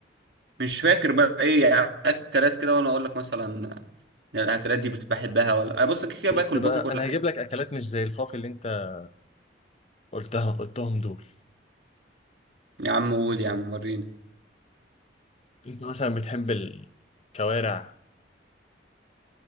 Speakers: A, on the right (about 65°); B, on the left (about 35°).
A: مش فاكر بقى ايه يعني اكلات كده وانا اقول لك مثلا يعني الاكلات دي بت- بحبها ولا أنا بص كده كده
B: بص
A: باكل
B: بقى
A: باكل كل
B: انا
A: حاجه
B: هجيب لك اكلات مش زي الفاف اللي انت قلتها قلتهم دول
A: يا عم قول يا عم وريني
B: انت مثلا بتحب الكوارع